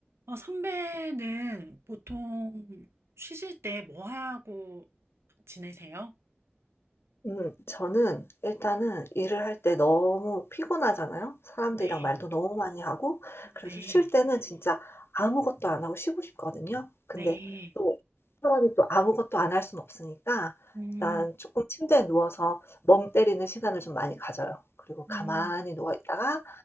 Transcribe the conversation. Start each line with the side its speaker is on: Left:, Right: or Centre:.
Right: 어, 선배는 보통 쉬실 때 뭐 하고 지내세요?
Left: 음 저는 일단은 일을 할 때 너무 피곤하잖아요. 사람들이랑
Right: 네,
Left: 말도 너무 많이 하고 그래서
Right: 네,
Left: 쉴 때는 진짜 아무것도 안 하고 쉬고 싶거든요. 근데
Right: 네.
Left: 또 사람이 또 아무것도 안 할 수는 없으니까
Right: 음,
Left: 일단 조금 침대에 누워서 멍 때리는 시간을 좀 많이 가져요. 그리고
Right: 음,
Left: 가만히 누워 있다가